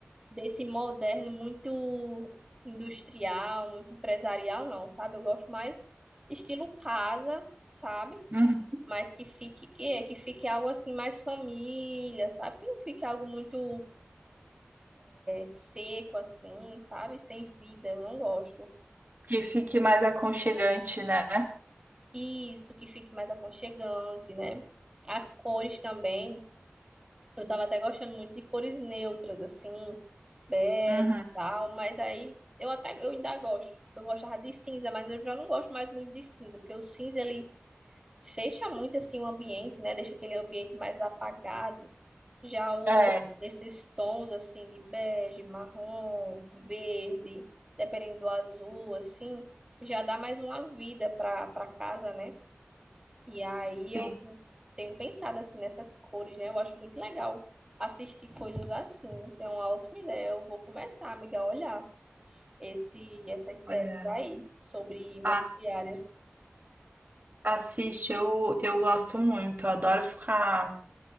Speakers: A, on the right; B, on the right.
A: desse moderno muito industrial, muito empresarial, não, sabe? Eu gosto mais estilo casa, sabe?
B: Uhum.
A: Mas que fique, que é, que fique algo assim mais família, sabe? Que não fique algo muito seco assim, sabe? Sem vida, eu não gosto.
B: Que fique mais aconchegante, né?
A: Isso, que fique mais aconchegante, né? As cores também, eu tava até gostando muito de cores neutras, assim, bege
B: Uhum.
A: e tal, mas aí eu até, eu ainda gosto. Eu gostava de cinza, mas eu já não gosto mais muito de cinza, porque o cinza, ele fecha muito, assim, o ambiente, né? Deixa aquele ambiente mais apagado. Já o,
B: É,
A: esses tons assim de bege, marrom, verde, dependendo do azul, assim, já dá mais uma vida para para casa, né? E aí
B: sim.
A: eu tenho pensado assim nessas cores, né? Eu acho muito legal assistir coisas assim. É uma ótima ideia. Eu vou começar, amiga, a olhar esse essas séries
B: Olha,
A: aí sobre imobiliárias.
B: assiste. Assiste, eu, eu gosto muito. Eu adoro ficar